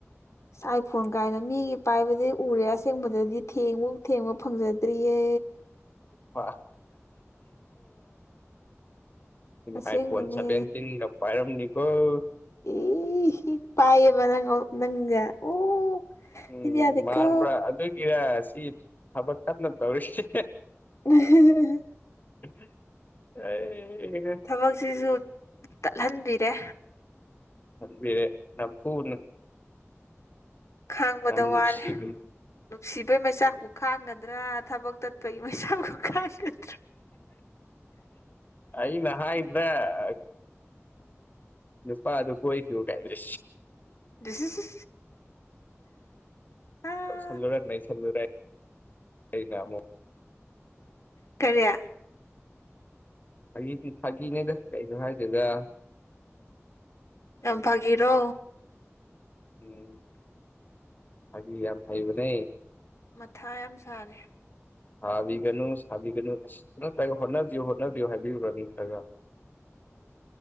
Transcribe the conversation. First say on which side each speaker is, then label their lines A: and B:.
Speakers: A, on the left (about 70°); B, on the left (about 40°).
A: ꯑ ꯑꯥꯏꯐꯣꯟ ꯀꯥꯏꯅ ꯃꯤꯒꯤ ꯄꯥꯏꯕꯗꯤ ꯎꯔꯦ ꯑꯁꯦꯡꯕꯗꯗꯤ ꯊꯦꯡꯕ ꯊꯦꯡꯕ ꯐꯪꯖꯗ꯭ꯔꯤꯌꯦ
B: ꯈ
A: ꯑꯁꯦꯡꯕꯅꯦ
B: ꯑꯥꯏ ꯐꯣꯟ ꯁꯚꯦꯟꯇꯤꯟꯒ ꯥꯏꯔꯝ ꯅꯅꯤꯀꯣꯜ
A: ꯏ ꯍ ꯄꯥꯏꯌꯦꯕ ꯅꯪ ꯅꯪꯁꯦ ꯑꯣ
B: ꯎꯝ
A: ꯁꯤꯗꯤ ꯌꯥꯗꯦꯀꯣ
B: ꯃꯥꯟꯕ꯭ꯔꯥ ꯑꯗꯨꯒꯤꯔ ꯁꯤ ꯊꯕꯛ ꯀꯞꯟꯅ ꯇꯧꯔꯤꯁꯤ
A: ꯎ
B: ꯑꯩ ꯑꯦ꯫
A: ꯊꯕꯛꯁꯤꯁꯨ ꯇꯠꯍꯟꯕꯤꯔꯦ꯫
B: ꯕꯤꯔꯦ ꯐꯨꯅ꯫
A: ꯈꯥꯡꯕꯗ
B: ꯌꯥꯝ ꯅꯨꯡꯁꯤꯕꯅꯤ
A: ꯋꯥꯔꯦ꯫ ꯅꯨꯡꯁꯤꯕꯩ ꯃꯩꯆꯥꯛꯄꯨ ꯈꯥꯡꯒꯗ꯭ꯔꯥ ꯊꯕꯛ ꯇꯠꯄꯒꯤ ꯃꯩꯆꯥꯛꯄꯨ ꯈꯥꯡꯒꯗ꯭ꯔꯥ꯫
B: ꯑꯩꯅ ꯍꯥꯏꯗꯔꯥ꯫ ꯅꯨꯄꯥ ꯑꯗꯨ ꯀꯣꯏ ꯀꯌꯨ ꯀꯥꯏꯗ꯫
A: ꯁꯁꯤ ꯑ
B: ꯁꯜꯂꯨꯔ ꯅ ꯁꯜꯂꯨꯔꯦ ꯑꯩꯅ ꯑꯃꯨꯛ
A: ꯀꯔꯤꯌꯥ
B: ꯐꯥꯒꯤꯗꯤ ꯐꯥꯒꯤꯅꯦꯗ ꯀꯩꯁꯨ ꯍꯥꯏꯗꯦꯗ
A: ꯌꯥꯝ ꯐꯥꯒꯤꯔꯣ
B: ꯎꯝ ꯍꯥꯏꯒ ꯌꯥꯝ ꯍꯥꯏꯕ ꯅ
A: ꯊꯥ ꯌꯥꯝ ꯁꯥꯔꯦ
B: ꯁꯥꯕꯤꯒꯅꯨ ꯁꯥꯕꯤꯒꯅꯨ ꯑꯁ ꯍꯣꯠꯅꯕꯤꯌꯨ ꯍꯣꯠꯅꯕꯤꯌꯨ ꯍꯥꯏꯕꯤꯌꯨꯔ ꯅꯠꯇ꯭ꯔꯒ꯫ ꯫